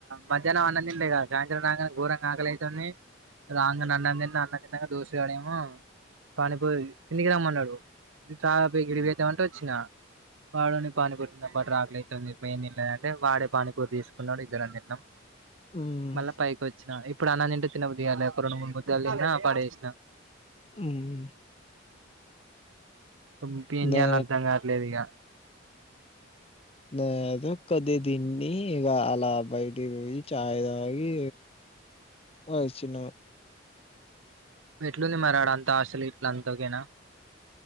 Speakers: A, on the right (about 85°); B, on the left (about 30°).
A: మధ్యాహ్నం అన్నం తినలే గదా సాయంత్రం కాగానే ఘోరంగా ఆకలి అవుతుంది రాంగనే అన్నం తిన్న అన్నమ్ తిన్నంగా దోస్త్ గాడేమో పానీపూరి కిందికి రమ్మన్నాడు ఇట్రా ఈడికిపోయొద్దామంటే వచ్చినా వాడు పానీపూరి ని పట్టురా ఆకలైతుంది ఇప్పుడు ఏం తినలేదంటే వాడే పానీపూరు తీసుకున్నాడు ఇద్దరు తిన్నాం
B: ఉమ్
A: మళ్ళా పైకి వచ్చినా ఇప్పుడు అన్నం తింటే తినబుద్ధి కాలే ఒక రెండు మూడు ముద్దలు తిన్నా ఆ పాడేసిన
B: హ్మ్
A: ఇంకేం
B: దే
A: చేయాల్న అర్థమ్ కావట్లేదు ఇక
B: నేను కొద్దిగా తిన్ని ఇగ అలా బయటకి పోయి చాయ్ తాగి వచ్చినాం
A: ఎట్లుంది మరి ఆడంత హాస్టల్ ఇట్ల అంతా ఓకే నా